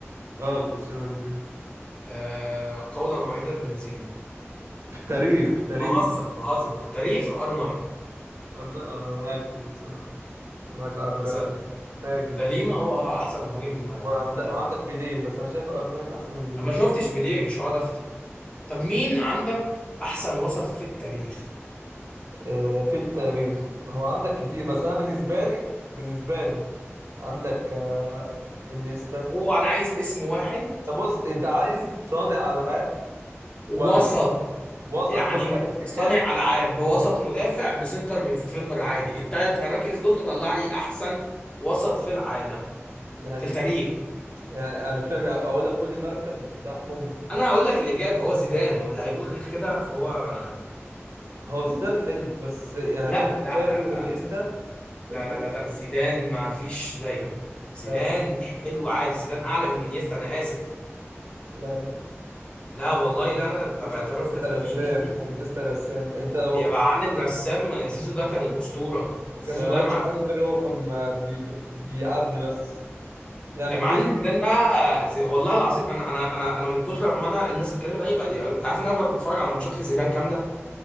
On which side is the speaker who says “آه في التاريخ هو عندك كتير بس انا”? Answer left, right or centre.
Right